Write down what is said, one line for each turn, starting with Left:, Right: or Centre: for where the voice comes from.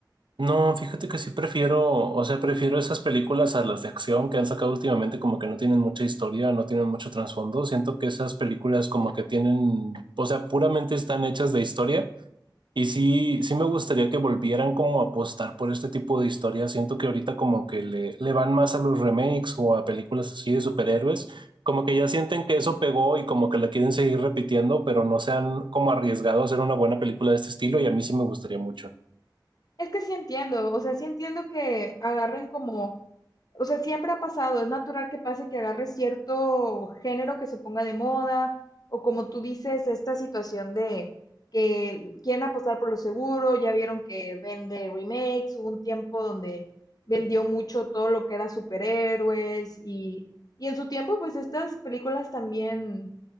Right: No, fíjate que sí prefiero, o sea, prefiero esas películas a las de acción que han sacado últimamente, como que no tienen mucha historia, no tienen mucho trasfondo. Siento que esas películas como que tienen, o sea, puramente están hechas de historia. Y sí, sí me gustaría que volvieran como a apostar por este tipo de historias. Siento que ahorita como que le, le van más a los remakes o a películas así de superhéroes, como que ya sienten que eso pegó y como que la quieren seguir repitiendo, pero no se han como arriesgado a hacer una buena película de este estilo y a mí sí me gustaría mucho.
Left: Es que sí entiendo, o sea, sí entiendo que agarren como, o sea, siempre ha pasado, es natural que pase que agarre cierto género que se ponga de moda, o como tú dices, esta situación de que quieren apostar por lo seguro, ya vieron que vende remakes, hubo un tiempo donde vendió mucho todo lo que era superhéroes y, y en su tiempo pues estas películas también